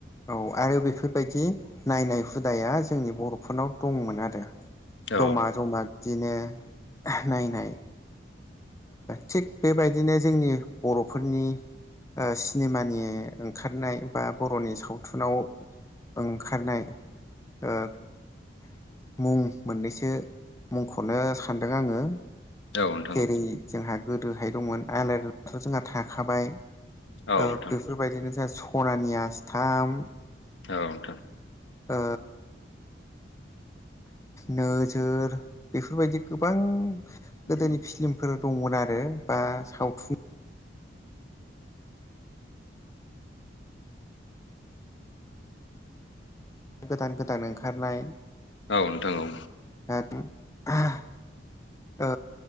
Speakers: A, on the left (about 15°); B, on the left (about 75°).
A: औ आरो बेफोरबायदि नायनाय हुदाया जोंनि बर'फोरनाव दंमोन आरो
B: औ नोंथां औ नोंथां औ
A: जमा जमा बिदिनो नायनाय थिग बेबायदिनो जोंनि बर'फोरनि सिनेमानि ओंखारनाय बा बर'नि सावथुनाव ओंखारनाय ओ मुं मोननैसो मुंखौनो सानदों आङो
B: औ नोंथां औ नोंथां
A: जेरै जोंहा गोदोहाय दंमोन आलारिथ' जोंहा थाखाबाय
B: औ
A: बेफोरबायदिनो
B: नोंथां
A: जोंहा सनानि आसथाम
B: औउथा
A: ओ नोजोर बेफोरबायदि गोबां
B: औ
A: गोदोनि फिलिमफोर दंमोन आरो बा सावथुन गोदान गोदान ओंखारनाय
B: औ नोंथां औ
A: दा ओ